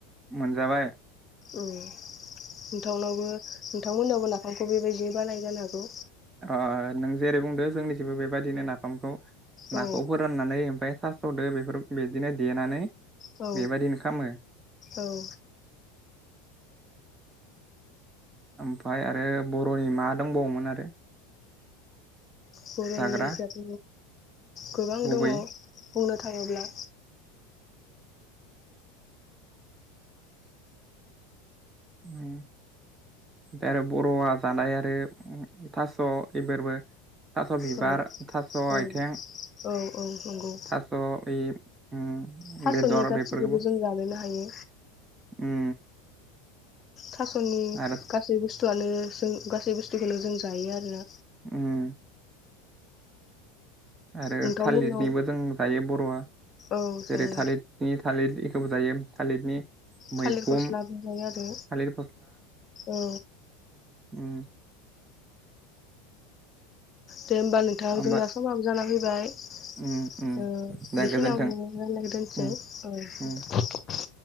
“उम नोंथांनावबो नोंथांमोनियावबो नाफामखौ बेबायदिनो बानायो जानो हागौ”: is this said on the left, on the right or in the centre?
Left